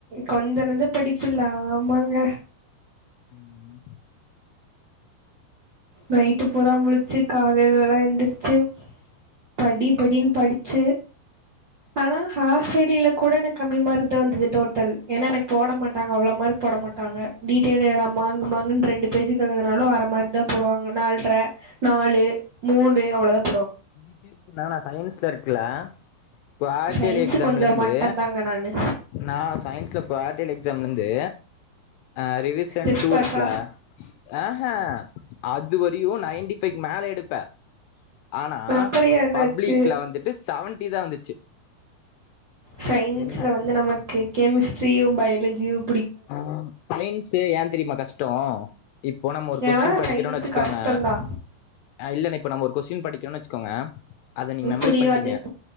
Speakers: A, on the right (about 55°); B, on the left (about 80°).
A: கொஞ்சனஞ்ச படிப்பில்ல ஆமாங்க
B: ம்
A: நைட்டு பூரா முழிச்சு காலையிலல்லாம் எந்திருச்சு படி படின்னு படிச்சு ஆனா ஹா ஃஆப்யியர்லி கூட எனக்கு கம்மி மார்க் தான் வந்தது டோட்டல் ஏன்னா எனக்கு போட மாட்டாங்க அவ்ளோ மார்க் போட மாட்டாங்க டீடெயில் நா மாங்கு மாங்குனு <unintelligible> ரெண்டு பேஜ்க்குனாலும் அற மார்க் தான் போடுவாங்க நால்ற நாலு மூணு அவ்ளோதான்
B: இதுக்கே இப்ப நானா சயின்ஸ்ல இருக் இருக்குல க்குவாத்தேலி
A: சயின்ஸு
B: எக்ஸாம்ல
A: கொஞ்சோ
B: இருந்து
A: மட்டந்தாங்க நானு
B: நான் சயின்ஸ்ல க்குவாத்தேலி எக்ஸாம்ல இருந்து அ ரிவிசன்
A: ஜஸ்ட்
B: டூ
A: பாஸா
B: இருக்ல ஆஹ அதுவரையும் நைன்டி பைஃவ் மேல எடுப்பே ஆனா
A: அப்புறோ ஏ என்னாச்சு
B: பப்ளிக்ல வந்துட்டு செவன் பிஃப்டி தான் வந்துச்சு
A: சயின்ஸ்ல
B: என்னாச்சுன்னு
A: வந்து
B: தெர்ல
A: நமக்கு கெமிஸ்ட் ரியும் பயலஜியும்
B: ஆ சயின் ஸு ஏன் தெரியுமா கஷ்டம்? இப்போ நம்ம ஒரு கொஸ்டின்
A: ஏன்னா
B: படிக்கிறோம்ன்னு
A: சயின்ஸு
B: வச்சுக்கோங்க
A: கஷ்டந்தா
B: ஆ இல்லன்னா இப்ப நம்ம ஒரு கொஸ்டின் படிக்கலும்னு வச்சுக்கோங்க அத நீங் மெமரி
A: புரியாது
B: பண்ணிட்டீங்க